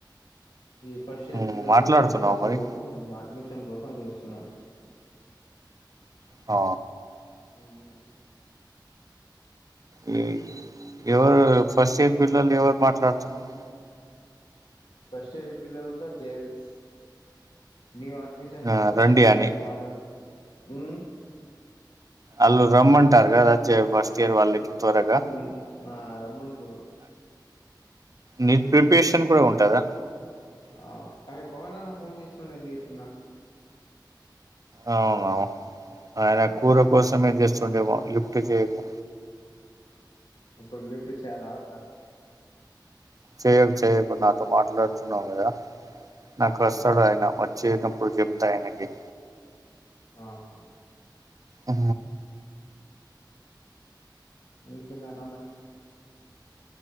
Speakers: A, on the left; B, on the right.
A: ఈ ఫస్ట్ ఇయర్
B: ఉమ్,
A: పిల్లల్ని
B: మాట్లాడుతున్నావు
A: వాళ్ళు చేస్తురు
B: మరి
A: మేము అడ్మిషన్ కోసం చేస్తున్నాం
B: ఆ
A: ఉమ్,
B: ఈ ఎవరు ఫస్ట్ ఇయర్ పిల్లలు ఎవరు మాట్లాడుతున్నారు
A: ఫస్ట్ ఇయర్ పిల్లలతో జేల్స్ న్యూ అడ్మిషన్
B: ఆ,
A: కోసం
B: రండి
A: ఏం
B: అని
A: వాడెన్ హు
B: అల్లు రమ్మంటారుగా జే ఫస్ట్ ఇయర్ వాళ్ళకి త్వరగా
A: హ్మ్ నా రమ్మంటురు కానీ
B: నీట్ ప్రిపరేషన్ కూడా ఉంటదా
A: ఆ కానీ పవన్ అన్న ఫోన్ చేస్తుండేంది ఇప్పుడు నాకు
B: అవునా ఆయన
A: ఆ
B: కూర కోసమే జేసు లెవ లిఫ్ట్ చేయకు
A: ఇప్పుడు లిఫ్ట్ చేయాలా వద్దా
B: చెయ్యకు చేయ్యకు నాతో మాట్లాడుతున్నావు కదా నాకు వస్తడు
A: అదే
B: ఆయన వచ్చేటప్పుడు చెప్తా ఆయనకి యి
A: ఆహా
B: ఉ
A: ఇంకేమన్న మరి